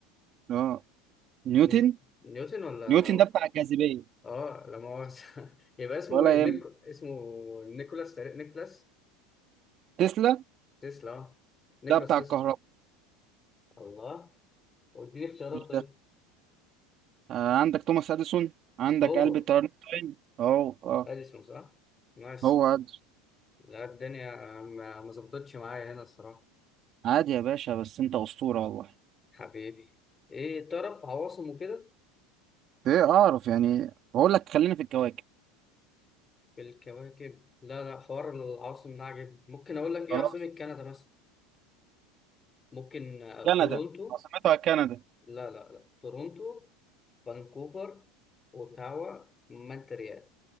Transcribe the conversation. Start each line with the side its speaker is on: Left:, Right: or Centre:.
Right: اه نيوتن
Left: ني- نيوتن ولا
Right: نيوتن ده بتاع الجاذبية
Left: اه لا مؤاخذة <laughs> يبقى اسمه
Right: ولا
Left: ايه نيك...
Right: يهم
Left: اسمه نيكولاس تقريبا- نيكولاس
Right: تسلا
Left: تسلا اه نيكولاس
Right: ده بتاع
Left: تسلا
Right: الكهرباء
Left: الله واديني اختيارات
Right: مش
Left: طيب
Right: ده آه عندك توماس اديسون عندك
Left: هو
Right: ألبرت اينشتاين اهو اه
Left: اديسون صح؟ نايس
Right: هو عادي
Left: لا الدنيا ما ما ظبطتش معايا هنا الصراحة
Right: عادي يا باشا بس انت اسطوره والله
Left: حبيبي ايه تعرف عواصم وكده
Right: ايه اعرف يعني بقول لك خلينا في الكواكب
Left: في الكواكب لا لا حوار العواصم ده عجب ممكن اقول لك ايه
Right: خلاص
Left: عاصمة كندا مثلا ممكن آه،
Right: كندا
Left: تورونتو
Right: عاصمتها كندا
Left: لا لا لا تورونتو فانكوفر اوتاوا مونتريال